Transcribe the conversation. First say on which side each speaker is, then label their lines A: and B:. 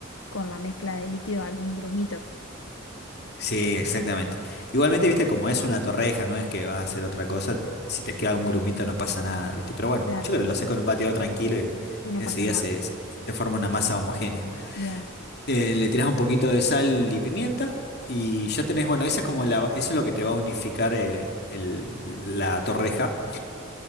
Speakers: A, on the left (about 80°); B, on the left (about 55°).
A: con la mezcla de líquido algún grumito.
B: Sí, exactamente. Igualmente, viste, como es una torreja, no es que vas a hacer otra cosa, si te queda un grumito no pasa nada, viste, pero bueno,
A: Claro.
B: yo creo que lo haces con un batidor tranquilo y
A: Y no
B: enseguida
A: pasa nada.
B: se, se, se forma una masa homogénea.
A: Bien.
B: Eh, le tirás un poquito de sal y pimienta y ya tenés, bueno, esa es como la, eso es lo que te va a unificar eh, el- la torreja.